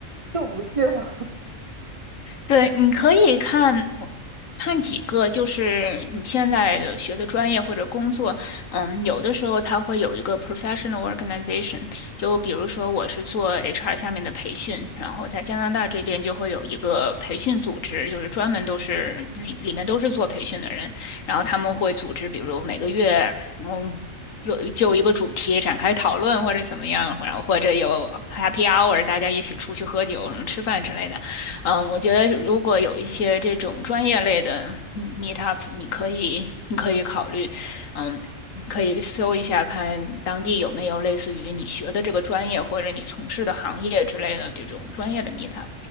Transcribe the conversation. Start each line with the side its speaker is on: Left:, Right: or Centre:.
Right: 就不去了。
Left: 对，你可以看看几个，就是你现在的学的专业或者工作，嗯，有的时候它会有一个 professional organization，就比如说我是做 HR 下面的培训，然后在加拿大这边就会有一个培训组织，就是专门都是里里面都是做培训的人，然后他们会组织，比如每个月，嗯。有就一个主题展开讨论，或者怎么样，然后或者有 happy hour，大家一起出去喝酒、什么吃饭之类的。嗯，我觉得如果有一些这种专业类的嗯 meetup，你可以你可以考虑，嗯，你可以搜一下看当地有没有类似于你学的这个专业或者你从事的行业之类的这种专业的 meetup。